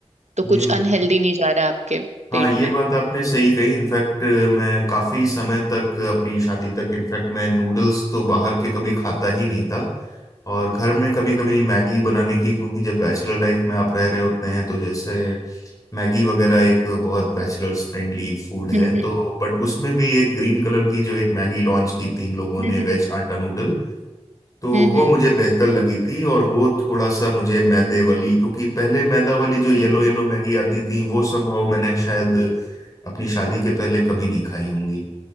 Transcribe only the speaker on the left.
ये
हाँ
ये
बात आपने सही कही इनफैक्ट मैं काफी समय तक अपनी शादी तक इनफैक्ट मैं नूडल्स तो बाहर के कभी खाता ही नहीं था और घर में कभी कभी मैगी बनाने की क्योंकि जब बैचलर लाइफ में आप रह रहे होते हैं तो जैसे मैगी वगैरह एक बहुत बैचलर्स फ्रेंडली फूड है
तो
बट उसमें भी एक ग्रीन कलर की जो एक मैगी लॉन्च की तीन लोगों ने
वेज आटा नूडल तो
वो
मुझे बेहतर लगी थी और वो थोड़ा सा मुझे मैदे वाली क्योंकि पहले मैदा वाली जो येलो
येलो मैगी आती थी वो समहाउ मैंने शायद अपनी शादी के पहले कभी नहीं खाई होंगी